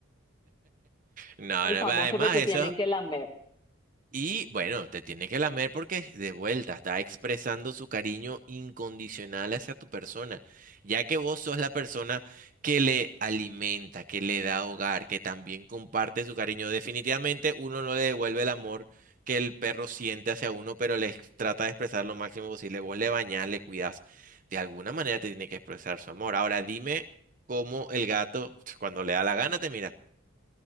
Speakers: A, on the right (about 40°); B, on the left (about 20°).
A: No,
B: El
A: no,
B: famoso
A: va, además,
B: que te
A: eso,
B: tienen que lamer.
A: Y bueno, te tiene que lamer porque de vuelta está expresando su cariño incondicional hacia tu persona, ya que vos sos la persona que le alimenta, que le da hogar, que también comparte su cariño. Definitivamente uno no le devuelve el amor que el perro siente hacia uno, pero le ex- trata de expresar lo máximo posible. Vos le bañás, le cuidás. De alguna manera te tiene que expresar su amor. Ahora dime cómo el gato, <tsk> cuando le da la gana, te mira.